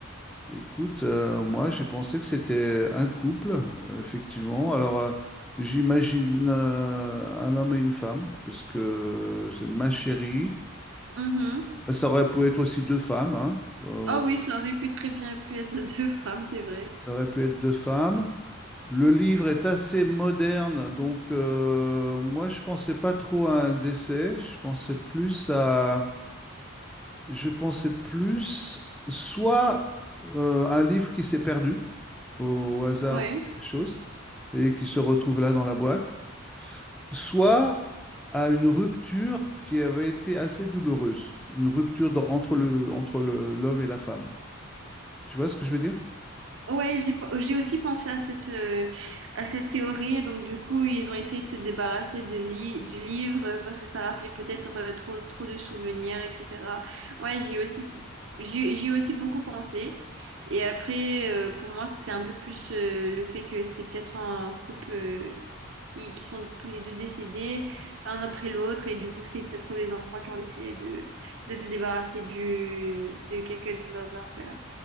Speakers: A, in the centre; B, on the right.
A: écoute, euh, moi, j'ai pensé que c'était un couple, euh, effectivement. Alors, euh, j'imagine euh, un homme et une femme, parce que c'est ma chérie.
B: Mhm.
A: Ça aurait pu être aussi deux femmes, hein. Euh,
B: Ah oui, ça aurait pu très bien pu être <laughs> deux femmes, c'est vrai.
A: ça aurait pu être deux femmes. Le livre est assez moderne, donc euh, moi je pensais pas trop à un décès, je pensais plus à, je pensais plus soit euh, un livre qui s'est perdu au, hasard
B: Oui.
A: des choses et qui se retrouve là dans la boîte, soit à une rupture qui avait été assez douloureuse, une rupture dans- entre le, entre le- l'homme et la femme. Tu vois ce que je veux dire?
B: Ouais, j'ai j'ai aussi pensé à cette, euh, à cette théorie. Donc, du coup, ils ont essayé de se débarrasser de li- du livre euh, parce que ça rappelait peut-être euh, trop, trop de souvenirs, etc. Ouais, j'ai aussi, j'ai j'ai aussi beaucoup pensé. Et après, euh, pour moi, c'était un peu plus euh, le fait que c'était peut-être un couple euh, qui, qui sont tous les deux décédés, un après l'autre. Et du coup, c'est peut-être les enfants qui ont décidé de, de se débarrasser du, de quelques de leurs affaires.